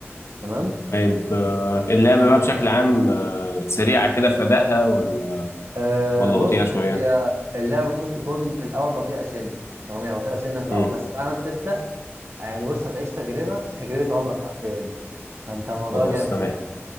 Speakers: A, on the right (about 65°); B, on the left (about 65°).
A: تمام
B: طيب آه، اللعبة بقى بشكل عام آه، سريعة كده في أدائها ولا
A: آه
B: ولا
A: بص
B: بطيئة شوية؟
A: هي اللعبه ممكن تكون في الاول بطيئه سنه تمام يعني بطيئه سنه في الاول
B: مم.
A: بس بعد ما تبدا يعني بص هتعيش تجربه <laughs> تجربه عمرك حرفيا فانت الموضوع
B: خلاص
A: جامد
B: تمام
A: يعني